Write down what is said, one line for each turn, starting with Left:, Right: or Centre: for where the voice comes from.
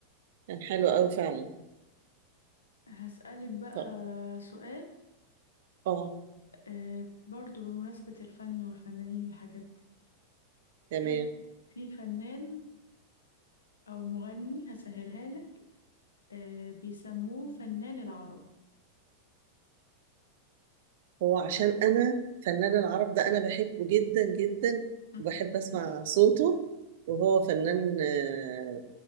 Right: كان حلو قوي فعلا
Left: هسألك بقى
Right: طب
Left: سؤال
Right: اه
Left: آه برضو بمناسبة الفن والفنانين والحاجات
Right: تمام
Left: دي في في فنان أو مغني هسهلها لك آه بيسموه فنان العرب
Right: هو عشان انا فنان العرب ده انا بحبه جدا جدا
Left: <laughs>
Right: وبحب اسمع صوته وهو فنان آه،